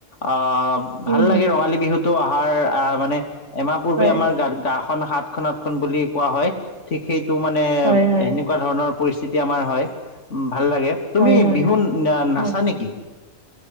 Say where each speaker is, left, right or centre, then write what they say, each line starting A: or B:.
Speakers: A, on the left; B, on the right.
A: আহ <unintelligible>
B: উম,
A: ভাল লাগে ৰঙালী বিহুটো অহাৰ মানে এমাহ পূৰ্বে
B: হয়,
A: আমাৰ গা গা খ সাতখন আঠখন ব বুলি কোৱা হয় ঠিক সেইটো মানে সেনেকুৱা
B: হয়, হয়,
A: ধৰণৰ পৰিস্থিতি আমাৰ হয় উ ভাল লাগে তুমি
B: হয়, হয়,
A: বিহু ন
B: হয়।
A: নাচা নেকি?